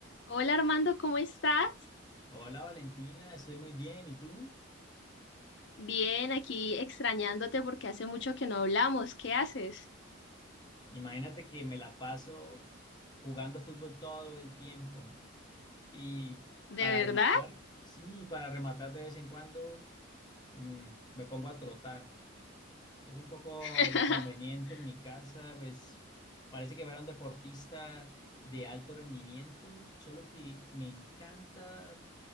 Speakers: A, on the left; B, on the left.
A: Hola Armando, ¿cómo estás?
B: Hola Valentina, estoy muy bien. ¿Y tú?
A: Bien, aquí extrañándote porque hace mucho que no hablamos. ¿Qué haces?
B: Imagínate que me la paso jugando fútbol todo el tiempo. Y
A: ¿De
B: para
A: verdad?
B: rematar, sí, para rematar de vez en cuando mm, me pongo a trotar. Es un poco
A: <laughs>
B: inconveniente en mi casa, pues parece que fuera un deportista de alto rendimiento, solo que me encanta